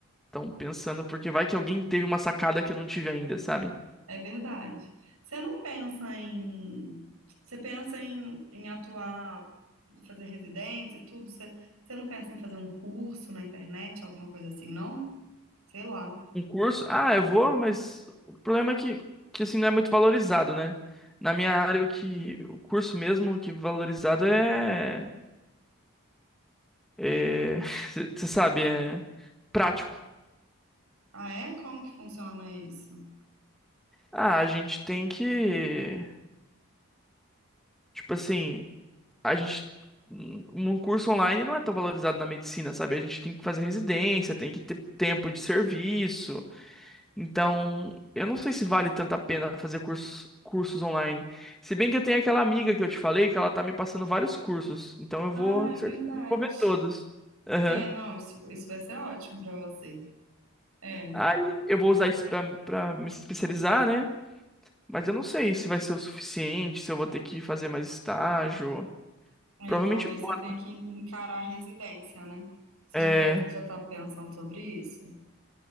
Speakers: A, in the centre; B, on the right.
A: estão pensando, porque vai que alguém teve uma sacada que eu não tive ainda, sabe?
B: É verdade. Você não pensa em... Você pensa em, em atuar, fazer residência e tudo? Você, você não pensa em fazer um curso na internet, alguma coisa assim, não? Sei lá.
A: Um curso, ah, eu vou, mas o problema é que, que assim, não é muito valorizado, né? Na minha área, o que o curso mesmo o que valorizado é É, <laughs> Você sabe, é prático.
B: Ah, é? Como que funciona isso?
A: Ah, a gente tem que. Tipo assim, a gente. Um um curso online não é tão valorizado na medicina, sabe? A gente tem que fazer residência, tem que ter tempo de serviço. Então, eu não sei se vale tanto a pena fazer cursos, cursos online. Se bem que eu tenho aquela amiga que eu te falei que ela tá me passando vários cursos. Então, eu vou,
B: Ah,
A: certamente,
B: é verdade.
A: vou ver todos. Aham.
B: É, não, isso, isso vai ser ótimo pra você. É,
A: Aí, eu vou usar isso pra, pra me especializar, né? Mas eu não sei se vai ser o suficiente, se eu vou ter que fazer mais estágio.
B: é,
A: Provavelmente
B: talvez
A: vou.
B: você tenha
A: né?
B: que en- encarar a residência, né? Você
A: É,
B: já tá, já tá pensando sobre isso?